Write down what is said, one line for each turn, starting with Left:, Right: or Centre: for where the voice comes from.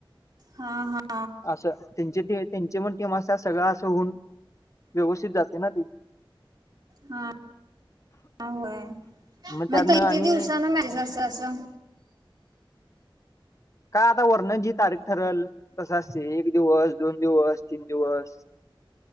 Right: हां हां
Left: असं त्यांची टी त्यांची पणं टीमं असतं सगळं असं होऊन व्यवस्थित जाते ना ती
Right: हां अ होयं
Left: मग त्यातनं
Right: मंग किती
Left: आणि
Right: दिवसांन माहिजतं असं
Left: कां आतां वर्णनजी तारीखं ठरेल तसं असतें दिवसं दोन दिवस तीनं दिवसं